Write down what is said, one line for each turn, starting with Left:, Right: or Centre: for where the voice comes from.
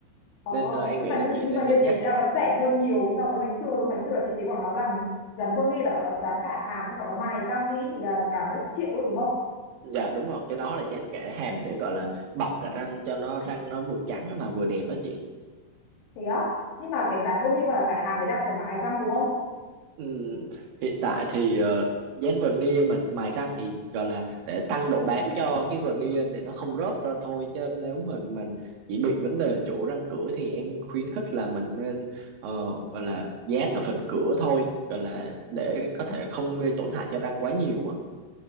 Left: Ồ,
Right: nên ờ, em
Left: nhưng
Right: nghĩ
Left: mà
Right: là
Left: như
Right: chị
Left: nhưng
Right: nên
Left: mà
Right: cân
Left: như thế
Right: nhắc
Left: là vẫn rẻ hơn nhiều so với ngày xưa đúng không? Ngày xưa là chị thấy bọn nó làm dán vô đi là bọn nó dán cả hàm xong bọn nó mài răng đi thì là cả mấy chục triệu ấy đúng không?
Right: dạ đúng rồi cái đó là dán kẽ hàm để gọi là bọc cả răng cho nó răng nó vừa trắng mà vừa đẹp á chị
Left: Thế á? Nhưng mà cái dán vô đi và cả hàm đấy là phải mài răng đúng không?
Right: Ừm, hiện tại thì ờ, dán veneer mà mài răng thì gọi là để tăng độ bám cho cái veneer để nó không rớt ra thôi chứ nếu mình mình chỉ bị vấn đề chỗ răng cửa thì em khuyến khích là mình nên ờ, gọi là dán ở phần cửa thôi gọi là để có thể không gây tổn hại cho răng quá nhiều á